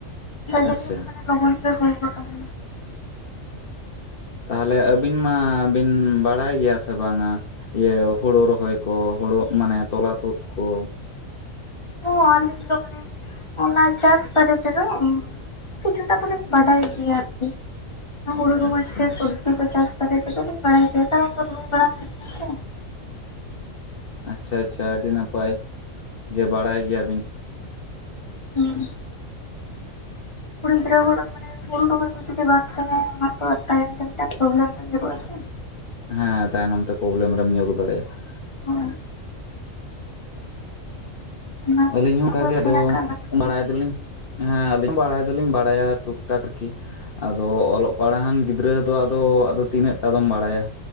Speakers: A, on the left; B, on the left.
A: ᱛᱟᱨ ᱡᱚᱱᱱᱚ
B: ᱟᱪᱪᱷᱟ
A: ᱢᱟᱱᱮ ᱞᱚᱜᱚᱱ ᱜᱮ ᱦᱩᱭ ᱜᱚᱫ ᱟᱠᱟᱱᱟ᱾
B: ᱛᱟᱦᱚᱞᱮ ᱟᱹᱵᱤᱱ ᱢᱟ ᱵᱤᱱ ᱵᱟᱲᱟᱭ ᱜᱮᱭᱟ ᱥᱮ ᱵᱟᱝᱟ? ᱤᱭᱟᱹ ᱦᱩᱲᱩ ᱨᱚᱦᱚᱭ ᱠᱚ, ᱦᱩᱲᱩ ᱢᱟᱱᱮ ᱛᱚᱞᱟ ᱛᱩᱫ ᱠᱚ᱾
A: ᱦᱚᱸ ᱟᱞᱤᱧ ᱫᱚ ᱢᱟᱱᱮ ᱚᱱᱟ ᱪᱟᱥ ᱵᱟᱨᱮ ᱛᱮᱫᱚ ᱠᱤᱪᱷᱩᱴᱟ ᱫᱚᱞᱤᱧ ᱵᱟᱰᱟᱭ ᱜᱮᱭᱟ ᱟᱨᱠᱤ᱾ ᱚᱱᱟ ᱦᱩᱲᱩ ᱨᱩᱦᱚᱭ
B: ᱟᱪᱪᱷᱟ
A: ᱥᱮ ᱥᱚᱵᱽᱡᱤ ᱠᱚ ᱪᱟᱥ ᱵᱟᱨᱮᱛᱮᱫᱚ ᱞᱤᱮ ᱠᱟᱨᱚᱱ ᱫᱚ ᱨᱚᱦᱚᱭ ᱵᱟᱲᱟ ᱦᱩᱭ ᱠᱟᱱᱟ ᱥᱮ᱾
B: ᱟᱪᱪᱷᱟ ᱟᱪᱪᱷᱟ ᱟᱹᱰᱤ ᱱᱟᱯᱟᱭ ᱡᱮ ᱵᱟᱲᱟᱭ ᱜᱮᱭᱟᱵᱤᱱ᱾
A: ᱦᱩᱸ᱾ ᱠᱩᱲᱤ ᱜᱤᱫᱽᱨᱟᱹ ᱦᱚᱲ ᱢᱟᱱᱮ ᱦᱩᱲᱩ ᱨᱚᱦᱚᱭ ᱠᱚ ᱡᱚᱫᱤ ᱵᱟᱢ ᱥᱮᱸᱲᱟᱭᱟ ᱚᱱᱟ ᱛᱚ ᱟᱨ ᱛᱟᱭᱚᱢ ᱛᱮ ᱢᱤᱫᱴᱟᱝ ᱯᱨᱚᱵᱞᱮᱢ ᱨᱮᱢ ᱧᱩᱨᱩᱜᱼᱟ ᱥᱮ᱾
B: ᱦᱮᱸ ᱛᱟᱭᱱᱚᱢ ᱛᱮ ᱯᱨᱚᱵᱽᱞᱮᱢ ᱨᱮᱢ ᱧᱩᱨᱩᱜ ᱫᱟᱲᱮᱜᱼᱟ᱾
A: ᱦᱳᱭ ᱚᱱᱟ
B: ᱟᱹᱞᱤᱧ
A: ᱚᱱᱟᱫᱚ
B: ᱦᱚᱸ ᱚᱱᱠᱟᱜ ᱜᱮ ᱟᱫᱚ
A: ᱥᱮᱬᱟ ᱠᱟᱜ ᱞᱟᱹᱠᱛᱤ
B: ᱵᱟᱲᱟᱭ
A: ᱦᱮᱸ
B: ᱫᱟᱞᱤᱧ ᱦᱮᱸ ᱟᱞᱤᱧ ᱦᱚ ᱵᱟᱲᱟᱭ ᱫᱚᱞᱤᱧ ᱵᱟᱲᱟᱭᱟ ᱴᱩᱠ-ᱴᱟᱠ ᱟᱨᱠᱤ᱾ ᱟᱫᱚ ᱚᱞᱚᱜ ᱯᱟᱲᱦᱟᱣᱟᱱ ᱜᱤᱫᱽᱨᱟᱹ ᱫᱚ ᱟᱫᱚ ᱟᱫᱚ ᱛᱤᱱᱟᱹᱜ ᱴᱟᱫᱚᱢ ᱵᱟᱲᱟᱭᱟ᱾